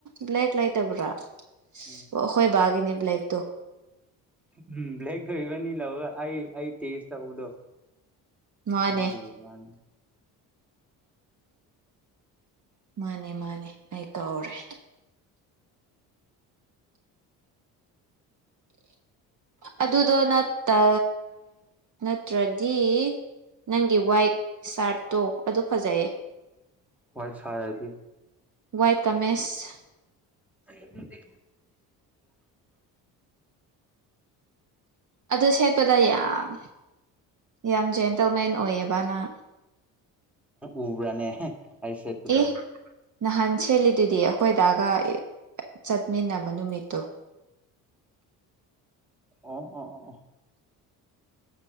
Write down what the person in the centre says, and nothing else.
ꯎꯝ
ꯎꯝ ꯕ꯭ꯂꯦꯛꯗꯕꯅꯤ ꯂꯧꯔ ꯑꯩ ꯑꯩ ꯇꯦꯖ ꯇꯧꯕꯗꯣ
ꯅꯪꯦ ꯃꯥꯅꯦ
ꯋꯥꯏꯁꯥ ꯌꯥꯏꯗꯤ
ꯗꯤꯗꯤꯗꯦ
ꯎꯕ꯭ꯔꯥꯅꯦ ꯑꯩ ꯁꯦꯠꯄꯗꯣ
ꯑꯣ ꯑꯣ ꯑꯣ ꯑꯣ